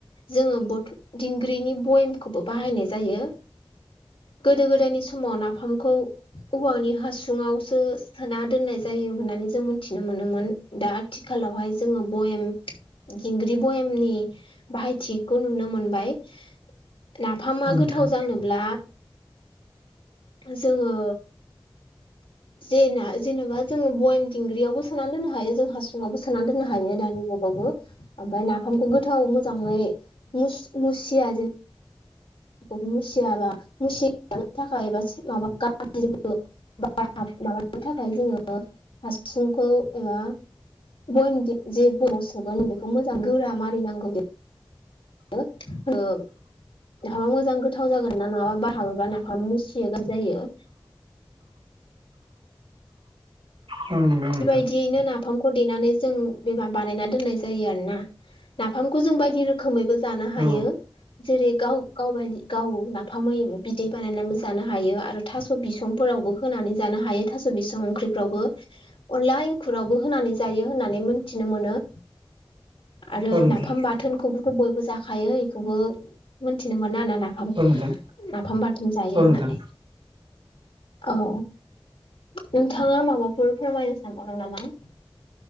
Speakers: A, on the left (about 80°); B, on the right (about 80°).
A: जोङो ब दिंग्रिनि बयेमखौबो बाहायनाय जायो गोदो गोदायनि समाव नाफामखौ औवानि हासुङावसो सोना दोननाय जायो होननानै जों मिथिनो मोनोमोन दा आथिखालावहाय जोङो भयम दिंग्रि बयमनि बाहायथिखौ नुनो मोनबाय नाफामया
B: नोंथां
A: गोथाव जानोब्ला जोङो जेना जेनेबा जोंङो बयम दिंग्रियावबो सोना दोननो हायो जों हासुङावबो सोना दोननो हायो दानि जुगावबो ओमफ्राय नाफामखौ गोथाव मोजाङै मु मुसिया जों मुसियाबा मुसियानो थाखाय एबा माबा गबो <unintelligible> बार माबानो थाखाय जोङो हासुंखौ एबा बयम जे बयमयाव सोगोन बेखौ मोजां गोरा मारिनांगौ आ <unintelligible> नाफामा मोजां गोथाव जागोन ना नङाबा बार हाबोब्ला नाफामा मुसियो गाज्रि जायो
B: औ नंगौ नोंथां
A: बेबायदियैनो नाफाम खौ देनानै जों बानायनानै दोननाय जायो आरो ना नाफामखौ जों बायदि रोखोमैबो जानो हायो
B: औ
A: जेरै गाव गावबाय गाव नाफामै बिदै बानायनानैबो जानो हायो आरो। थास' बिसंफोरावबो होनानै जानो हायो थास' बिसं ओंख्रिफ्रावबो अनला इंखुरावबो होनानै जायो होननानै मोनथिनो मोनो आरो
B: औ नोंथां
A: नाफाम बाथोनखौबोथ' बयबो जाखायो बेखौबो मोनथिनो मोनो ना नाफाम
B: औ नोंथां
A: नाफाम बाथोन जायो
B: औ
A: होननानै
B: नोंथां
A: औ नोंथाङा माबाफोर फोरमायनो सानबावदों नामा